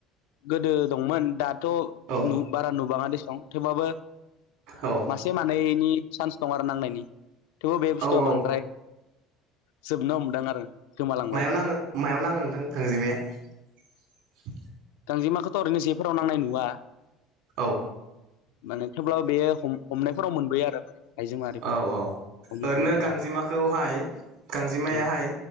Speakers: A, on the left; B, on the right.
A: गोदो दंमोन दा थ'
B: औ
A: बारा नुबाङा दिसं थेवबाबो
B: औ
A: मासे मानैनि सान्स दं आरो नांनायनि थेवबो बे बुस्थुआ
B: औ औ
A: बांद्राय जोबनो हमदों आरो। गोमालांबाय
B: मायाव नाङो मायाव नाङो नोंथां गांजेमाया? <inaudible> <unintelligible>
A: गांजेमा खौथ' ओरैनो जफोराव नांनाय नुआ।
B: औ
A: माने थेवब्लाबो बेयो हमनायफोराव मोनबोयो आरो माने आइजो माहारिफोरा।
B: औ औ
A: हमनो
B: ओरैनो
A: थांबाथाय
B: गांजेमाखौहाय
A: औ
B: गांजेमायाहाय
A: औ